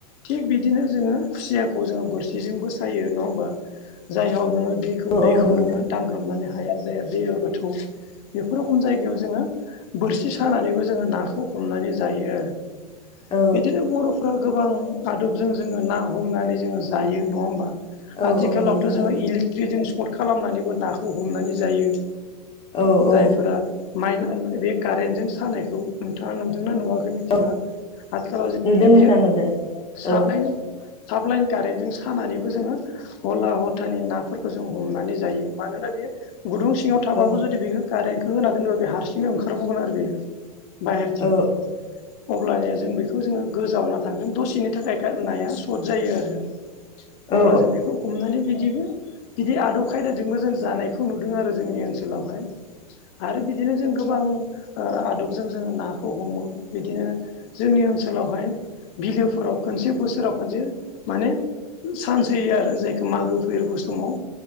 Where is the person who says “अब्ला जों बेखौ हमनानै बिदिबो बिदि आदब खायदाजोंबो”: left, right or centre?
Left